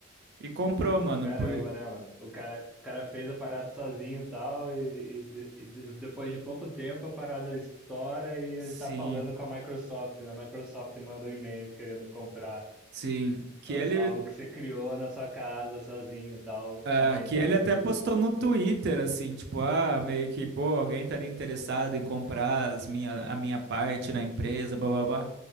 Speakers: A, on the right; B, in the centre.
A: e comprou, mano,
B: Caramba,
A: por
B: né, mano? O cara, o cara fez a parada sozinho e tal, e, e de- e de- depois de pouco tempo a parada estoura e
A: sim,
B: ele tá falando com a Microsoft, né? A Microsoft manda um e-mail querendo comprar
A: sim, que
B: o-
A: ele
B: algo que você criou na sua casa sozinho e tal,
A: ah,
B: uma
A: que
B: ideia
A: ele até
B: sua.
A: postou no Twitter assim, tipo, ah, meio que, pô, alguém estaria interessado em comprar as minha, a minha parte na empresa, blá blá blá.